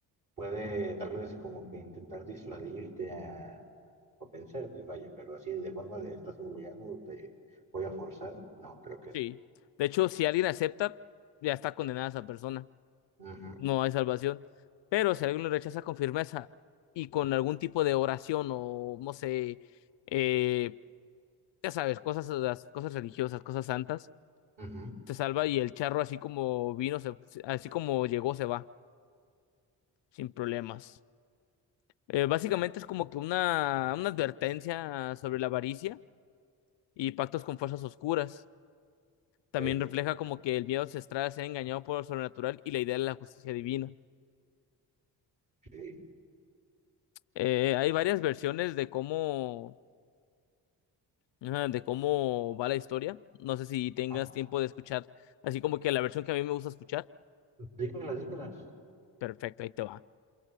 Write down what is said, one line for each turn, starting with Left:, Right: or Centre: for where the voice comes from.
Right: Puede tal vez como que intentar disuadirte a- o pensarte, vaya, pero así de forma de estás obligado, te voy a forzar, no, creo que.
Left: Sí. De hecho, si alguien acepta, ya está condenada esa persona.
Right: Ujú,
Left: No hay salvación. Pero si alguien lo rechaza con firmeza y con algún tipo de oración o no sé, eh, ya sabes, cosas, las cosas religiosas, cosas santas,
Right: ujú,
Left: se salva y el charro así como vino, se- así como llegó, se va. sin problemas. Eh, básicamente es como que una, una advertencia sobre la avaricia y pactos con fuerzas oscuras. También
Right: sí,
Left: refleja como que el miedo ancestral sea engañado por lo sobrenatural y la idea de la justicia divina.
Right: sí.
Left: Eh, hay varias versiones de cómo, ajá, de cómo va la historia. No sé si tengas
Right: Ah,
Left: tiempo de escuchar, así como que la versión que a mí me gusta escuchar.
Right: dímelas, dímelas.
Left: Perfecto, ahí te va.